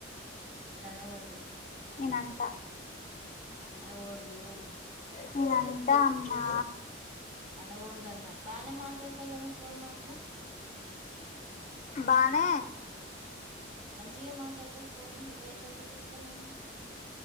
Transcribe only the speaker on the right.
అట్లా అనకూడదు
అనకూడదు
అనకూడదు అన్న బానే మాట్లాడతాగ ఫోన్ మాత్రం
మంచికే మాట్లాడుతున్నావ్ ఫోను నీకేం తక్కువ చేస్తున్నావ్ మేము